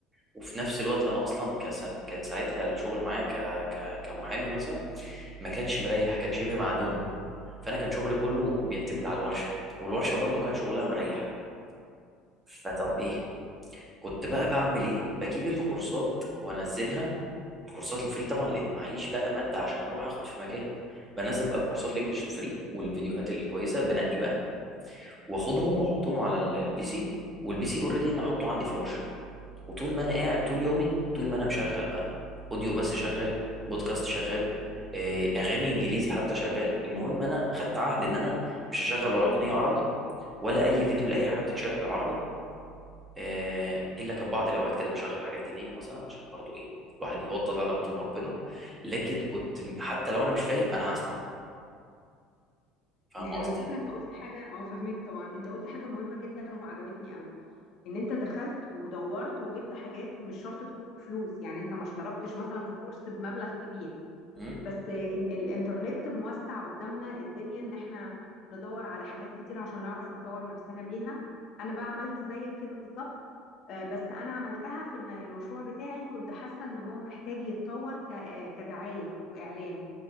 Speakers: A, on the right; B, on the left.
A: وفي نفس الوقت انا اصلا كسا... كان ساعتها الشغل معايا ك... ك... كمحامي مثلا ما كانش مريح كان شبه معدوم فانا كان شغلي كله بيعتمد على الورشه والورشه برضو كان شغلها مريح فطب ايه كنت بقى بعمل ايه بجيب الكورسات وانزلها الكورسات الفري طبعا لان معيش بقى ماده عشان اروح اخد في مكان بنزل بقى الكورسات الانجليش الفري والفيديوهات الكويسه بنقي بقى واخدهم واحطهم على ال- البي سي والبي سي اوريدي انا حاطه عندي في الورشه وطول ما انا قاعد طول يومي طول ما انا مشغل بقى اوديو بس شغال بودكاست شغال آه، اغاني انجليزي حتى شغال المهم انا خدت عهد ان انا مش هشغل ولا اغنيه عربي ولا اي فيديو لاي حاجه بتتشرح بالعربي آه، الا كان بعض الاوقات كده بشغل حاجات دينيه مثلا عشان برضو ايه الواحد يوطد علاقته بربنا لكن كنت حتى لو انا مش فاهم انا هسمع فاهم
B: يعني
A: قصدي
B: على فكرة انت قلت حاجة اه فهمك طبعا انت قلت حاجة مهمة جدا وعجبتني قوي ان انت دخلت ودورت وجبت حاجات مش شرط تكون بفلوس يعني انت ما اشتركتش مثلا في كورس بمبلغ كبير
A: امم
B: بس إن الانترنت موسع قدامنا الدنيا ان احنا ندور على حاجات كتير عشان نعرف نطور نفسنا بيها انا بقى عملت زيك كده بالظبط آه، بس انا عملتها في ان المشروع بتاعي كنت حاسة ان هو محتاج يتطور ك- آه، كدعاية واعلان